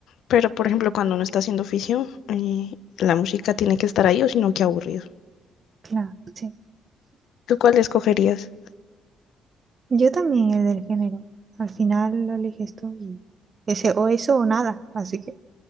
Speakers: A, on the left; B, on the right.
A: pero por ejemplo, cuando uno está haciendo oficio, eh, la música tiene que estar ahí, o si no, qué aburrido.
B: Claro, sí.
A: ¿Tú cuál escogerías?
B: Yo también el del género. Al final lo eliges tú y ese o eso o nada. Así que